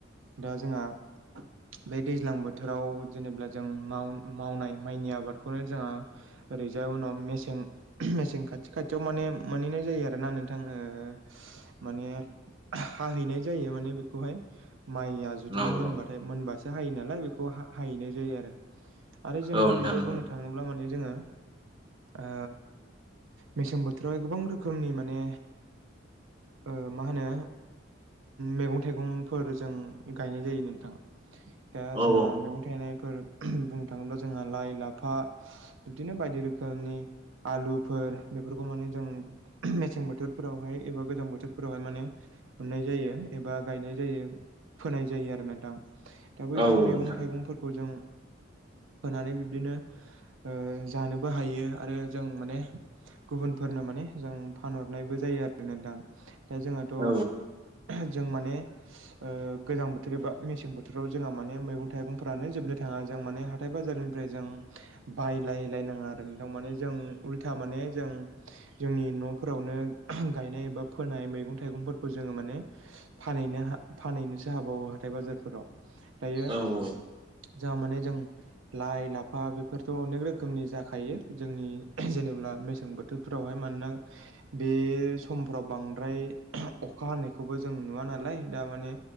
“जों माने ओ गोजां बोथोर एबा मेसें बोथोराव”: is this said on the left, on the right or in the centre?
Right